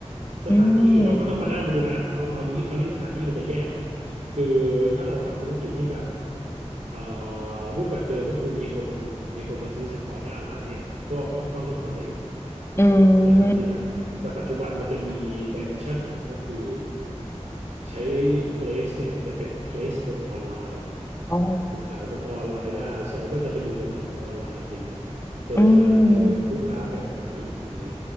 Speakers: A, on the right (about 85°); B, on the left (about 25°).
A: สถานที่เราก็ต้องมานั่งดูนะเอาคราวนี้คราวนี้สถานที่มันจะแยกหน่อยคือ
B: อืม
A: ถ้าเราทำธุรกิจที่แบบเอ่อรูปแบบเดิมก็คือมีคนมีคนมาซื้อเฉพาะหน้าร้านเนี่ยก็ก็ต้องเลือกทำเล
B: อื
A: ว่าจะขายที่ไหน
B: ม
A: แต่ปัจจุบันมันจะมีดิเมนชันอื่นก็คือใช้ place เนี่ยแต่เป็น place บนออนไลน์
B: อ๋อ
A: คุณขายบนออนไลน์ได้ใช่ว่าจะไปอยู่ตรงไหนของออนไลน์อย่างเงี้ยเจอใครเจอลูกค้าแบบไหนอย่างนี้
B: อืม